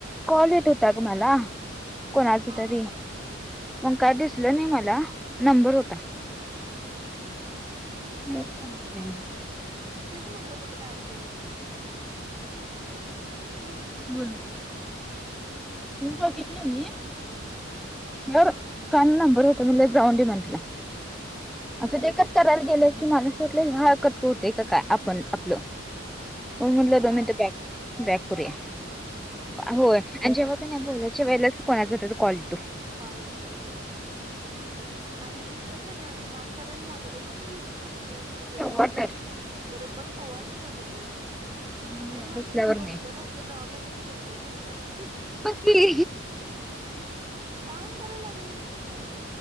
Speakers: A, in the centre; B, on the right (about 25°).
A: कॉल येत होता तुम्हाला
B: हा
A: कोणाच
B: हा
A: तरी
B: हा.
A: मग काय दिसलं नाही मला नंबर होता
B: हा
A: बेस्ट फ्रेंड
B: तेच म्हणलं कुठं गायप झालीस हम
A: बोल बघितलं मी बर काल ना बरं होत मला जाऊन दे म्हंटलं
B: होय
A: असं ते एकच करायला गेलं की मला असंटलं हरकत कोते काय आपण आपलं म्हणलंम
B: नाही
A: बॅ बॅक करूया होय आणि जेव्हा का नाही बोलायच्या वेळेलाच कोणाचा हो तो कॉल येतो
B: कॉले येतोय होय आणि मी तर का नाही असं काम करायला लागलो का नाही असं म्हणजे जेवण
A: तेव्हा
B: दे
A: तर
B: ना बरोबर तेव्हाच फोन येतो बघ
A: आणि निवांत
B: मी म्हणतेो
A: असल्यावर
B: मी
A: नाही.
B: बसलेलो असतो त काय सगळे झोपलेलं अस त्याच
A: बगकी
B: काम करायला लागलंय गज